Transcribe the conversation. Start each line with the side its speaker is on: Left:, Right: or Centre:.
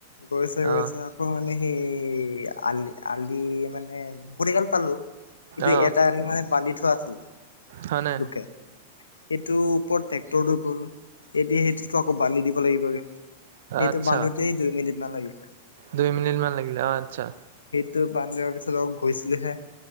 Left: গৈছে গৈছে
Right: অ
Left: আকৌ মানে। সেই আলি -আলি মানে ভৰি কাল পালো কিন্তু
Right: অ
Left: এটা মানে বান্ধি থোৱা আছিল,
Right: হয় নাই
Left: লোকে সেইটো ওপৰত ট্ৰেক্টৰটো গ'ল এতিয়া সেইটোতো আকৌ বালি দিব লাগিবগে সেইটো
Right: আচ্ছা
Left: বান্ধোতে দুই মিনিট নালাগিলে
Right: দুই মিনিট মান লাগিলে অ আচ্ছা
Left: টো বান্দৰ পিছত অ গৈছিলোহে